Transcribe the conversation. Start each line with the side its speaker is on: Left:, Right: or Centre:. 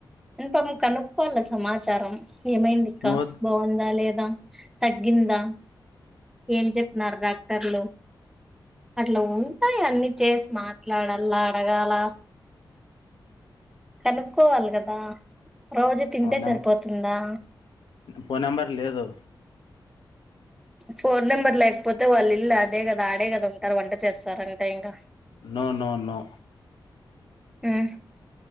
Centre: ఇ పాపం కనుక్కకోవాల సమాచారం ఏమైంది కాస్
Left: నువ్వద్
Centre: బాఉందా లేదా తగ్గిందా ఏం చెప్తున్నారు డాక్టర్లు అట్లా ఉంటాయి అన్ని చేసి మాట్లాడలా అడగాల కనుక్కోవాల కదా రోజు తింటే
Left: నం
Centre: సరిపోతుందా
Left: ఫోన్ నెంబర్ లేదు
Centre: ఫోన్ నెంబర్ లేకపోతే వాళ్ళిళ్ళు అదే కదా ఆడే కదా ఉంటారు వంట చేస్తారంటే ఇంకా
Left: నో నో నొ
Centre: ఉం